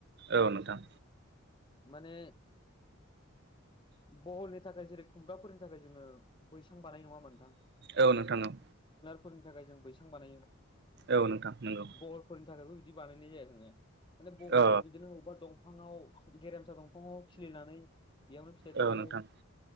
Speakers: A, on the right (about 55°); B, on the left (about 25°).
A: औ नोंथां
B: माने बहलनि थाखाय जेरै खुमब्राफोरनि थाखाय जोङो बैसां बानाय नङा मोनथां
A: औ नोंथांनाव
B: फोरनि थाखाय जों बैसां बानायो
A: औ नोंथां नंगौ
B: बहलफोरनि थाखायबो बिदि बानायनाय जायोाने माने बहलफ्रा
A: औ
B: बिदिनो बबेबा दंफांाव गेरेमसा दंफां खङाव खिलिनानै बेयावनो फिथाइ थायो
A: औ नोंथां